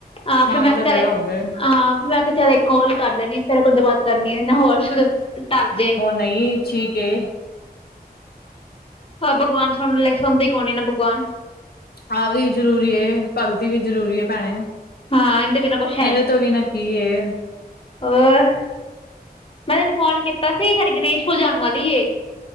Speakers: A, on the left; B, on the left.
A: ਹਾਂ!
B: ਸ਼ਾਮ
A: ਫਿਰ ਮੈਂ
B: ਦਾ
A: ਕਿਹ
B: ਵੇਲਾ ਹੋ ਗਿਆ ਏ।
A: ਮੈਂ ਕਿਹਾ। ਚੱਲ ਇੱਕ ਕੋਲ ਕਰ ਲੈਣੀ ਆਂ, ਫਿਰ ਗਦਬਾਦ ਕਰਨੀ ਆ ਨਾ ਹੋਰ ਸ਼ੁਰੂ ਟਲ ਜੇ।
B: ਹੋਰ ਨਹੀਂ ਠੀਕ ਏ।
A: ਹਾਏ! ਭਗਵਾਨ ਸੁਣ ਲੇ ਸੁਣਦੀ ਕੋਈ ਨੀ ਭਗਵਾਨ।
B: ਆਹ ਵੀ ਜ਼ਰੂਰੀ ਏ। ਭਗਤੀ ਵੀ ਜ਼ਰੂਰੀ ਏ ਭੈਣੇ,
A: ਹਾਂ ਇਹਦੇ ਬਿਨਾਂ ਕੁਛ
B: ਇਹਦੇ ਤੋਂ ਬਿਨਾਂ ਕੀ ਏ।
A: ਔਰ। ਮੈਂ ਤੈਨੂੰ ਫੋਨ ਕੀਤਾ ਸੀ, ਸਾਡੀ ਗਣੇਸ਼ ਪੂਜਾ ਹੋਣ ਵਾਲੀ ਏ।